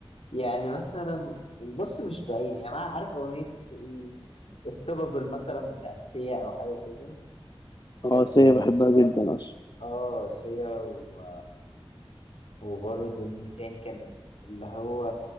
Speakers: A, on the left (about 85°); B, on the left (about 45°).
A: يعني مثلا بص مش باين يعني انا عارف اغنيه ايه استوبابل مثلا بتاعت سيا او حاجه كده
B: اه
A: كانت
B: سيا
A: كانت
B: بحبها
A: شغاله
B: جدا أصلا
A: اه سيا و... وبرضه مين تاني كان اللي هو